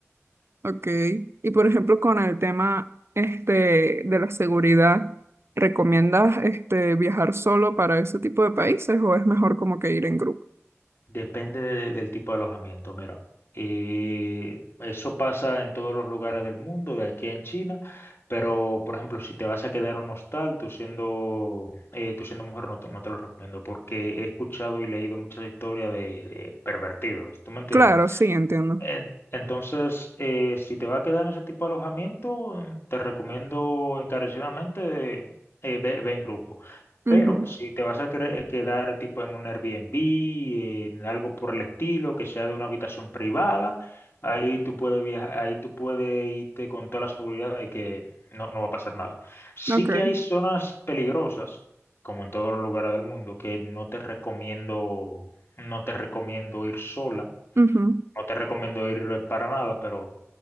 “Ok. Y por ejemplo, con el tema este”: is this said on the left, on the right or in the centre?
Right